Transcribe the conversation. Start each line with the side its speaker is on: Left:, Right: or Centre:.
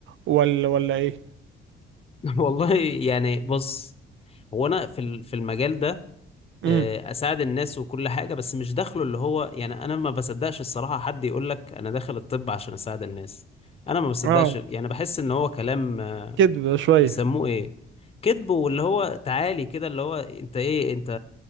Right: ولا ولا ايه
Left: <laughs> والله يعني بص هو انا في ال- في المجال ده
Right: امم
Left: آه، اساعد الناس وكل حاجة بس مش داخله اللي هو يعني انا ما بصدقش الصراحة حد يقول لك انا داخل الطب عشان اساعد الناس انا ما بصدقش
Right: اه
Left: يعني بحس ان هو كلام
Right: كدب شوية
Left: بيسموه
Right: <laughs>
Left: ايه كذب واللي هو تعالي كده اللي هو انت ايه انت